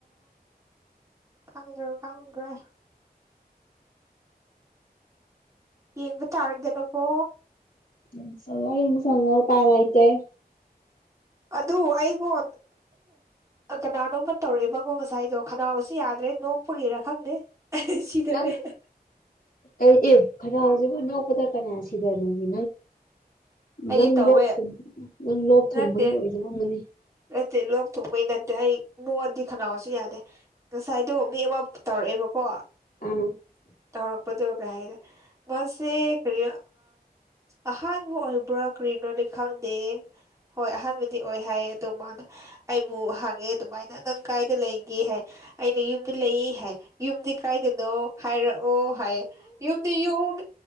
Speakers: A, on the right; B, on the left.
A: ꯀꯪꯗ꯭ꯔꯣ ꯀꯪꯗ꯭ꯔꯦ ꯌꯦꯡꯕ ꯇꯥꯔꯗꯅꯣ ꯄꯣ
B: ꯌꯦꯁꯂꯣ ꯌꯦꯡ ꯁꯂꯣ ꯄꯥꯔꯥꯏꯇꯦ
A: ꯑꯗꯨ ꯑꯩꯒꯣꯟ ꯀꯅꯥꯅꯣ ꯇꯧꯔꯛꯑꯦꯕꯀꯣ ꯉꯁꯥꯏꯗꯣ ꯈꯅꯥꯎꯁꯨ ꯌꯥꯗ꯭ꯔꯦ ꯅꯣꯛꯄꯒꯤꯔ ꯈꯪꯗꯦ ꯁꯤꯗꯔꯦ
B: ꯅꯪ
A: <inaudible>
B: ꯑꯩ ꯑꯦ ꯈꯔ ꯍꯧꯖꯤꯛ ꯑꯅꯧꯕꯗ ꯀꯅꯥ ꯁꯤꯗ ꯅꯒꯦ
A: ꯑꯩꯗꯤ
B: ꯅꯪ
A: ꯇꯧꯋꯦ
B: ꯂꯣꯛ ꯅꯪ ꯂꯣꯛ ꯊꯨꯡꯕꯒꯤ
A: ꯅꯠꯇꯦ
B: ꯑꯣꯏꯗꯕ ꯑꯃꯅꯤ
A: ꯅꯠꯇꯦ ꯂꯣꯛꯊꯨꯡꯕꯩ ꯅꯠꯇꯦ ꯑꯩ ꯅꯣꯛꯑꯗꯤ ꯈꯅꯥꯎꯁꯤ ꯌꯥꯗꯦ ꯉꯁꯥꯏꯗꯨ ꯃꯤ ꯑꯃ ꯇꯧꯔꯛꯑꯦꯕꯀꯣ
B: ꯑ
A: ꯇꯧꯔꯛꯄꯗꯒ ꯍꯥꯏꯗꯦ ꯃꯥꯁꯦ ꯀꯔꯤ ꯑꯍꯥꯟꯕ ꯑꯣꯏꯕ꯭ꯔꯥ ꯀꯔꯤꯅꯣꯅꯦ ꯈꯪꯗꯦ ꯍꯣꯏ ꯑꯍꯥꯟꯕꯗꯤ ꯑꯣꯏ ꯍꯥꯏꯌꯦ ꯑꯗꯨ ꯃꯥꯅ ꯑꯩꯕꯨ ꯍꯪꯉꯦ ꯑꯗꯨꯃꯥꯏꯅ ꯅꯪ ꯀꯥꯏꯅ ꯂꯩꯒꯦ ꯍꯥꯏ ꯑꯩꯅ ꯌꯨꯝꯗꯤ ꯂꯩ ꯍꯥꯏ ꯌꯨꯝꯗꯤ ꯀꯥꯏꯗꯅꯣ ꯍꯥꯏꯔꯛꯑꯣ ꯍꯥꯏ ꯌꯨꯝꯗꯤ ꯌꯨꯝ